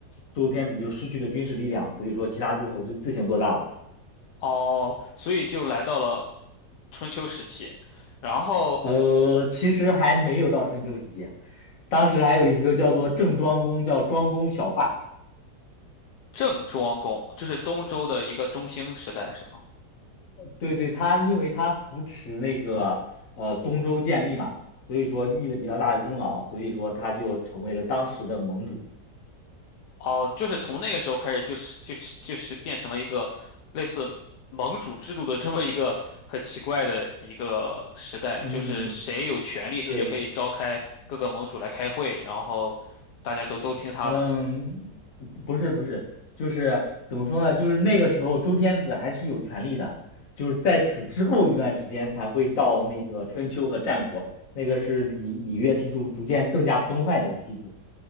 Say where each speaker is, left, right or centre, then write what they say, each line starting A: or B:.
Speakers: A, on the left; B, on the left.
A: 周天子就失去了军事力量，所以说其他诸侯就自行做大了。
B: 哦，所以就来到了春秋时期。然后
A: 呃，其实还没有到春秋时期，当时还有一个叫做郑庄公，叫庄公小霸。
B: 郑庄公就是东周的一个中兴时代，是吗？
A: 对对，他因为他扶持那个呃东周建立嘛，所以说立了比较大的功劳，所以说他就成为了当时的盟主。
B: 哦，就是从那个时候开始，就是就是就是变成了一个类似盟主制度的这么一个很奇怪的一个时代，
A: 嗯，
B: 就是谁有权利，谁就可以召开各个盟主来开会，
A: 对。
B: 然后大家都都听他的。
A: 嗯，不不是不是，就是怎么说呢？就是那个时候周天子还是有权利的，就是在此之后一段时间才会到那个春秋和战国，那个是礼礼乐制度逐渐更加崩坏的地步。